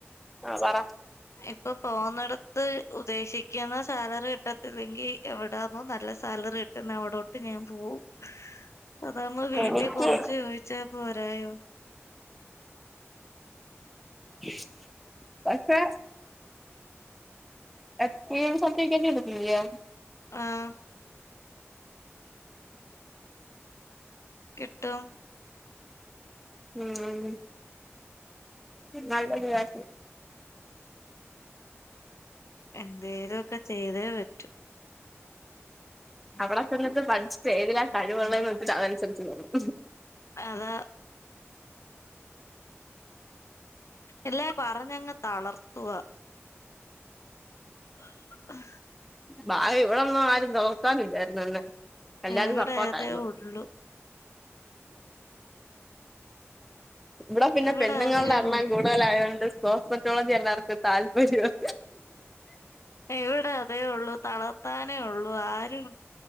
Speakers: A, in the centre; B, on the left (about 80°).
A: ആഹ് പറ
B: ഇപ്പൊ പോകുന്നിടത്ത് ഉദ്ദേശിക്കുന്ന സാലറി കിട്ട- ഇല്ലെങ്കി എവിടാന്നോ നല്ല സാലറി കിട്ടുന്ന അവിടോട്ട് ഞാൻ പോവും അതാകുമ്പോൾ വീട്ടി
A: എനിക്ക്
B: കൊറച്ച് ചോദിച്ചാ പോരായോ
A: <unintelligible> പക്ഷെ <unintelligible> സർട്ടിഫിക്കറ്റ് എടുത്തില്ലെയോ
B: ആഹ് കിട്ടും
A: ഉം <unintelligible> നല്ലൊരു കാര്യം
B: എന്തേലുംക്കെ ചെയ്തേ പറ്റൂ
A: അവിടെ ചെന്നിട്ട് പഠിച്ചിട്ട് ഏതിലാ കഴിവുള്ളേന്ന് വെച്ചിട്ട് അതനുസരിച്ച് നോക്കും
B: അതാ ഇല്ലേ പറഞ്ഞങ്ങ് തളർത്തുവാ ആഹ്
A: ഭാഗ്യം ഇവിടന്നും ആരും തളർത്താനില്ലാരുന്ന് അന്ന് എല്ലാരും
B: ഇവിടെ
A: സപ്പോർട്ടായിരുന്നു
B: അതേ ഉള്ളു
A: ഇവിട പിന്നെ
B: ഇവിടെ
A: പെണ്ണുങ്ങളുടെ
B: അതേ
A: എണ്ണം
B: ഉള്ളു
A: കൂടുതലായോണ്ട് സപ്പോർട്ട് മറ്റോളജി എല്ലാവർക്കും താല്പര്യവാ
B: ഇവിടെ അതേ ഉള്ളൂ തളർത്താനേ ഉള്ളൂ ആരും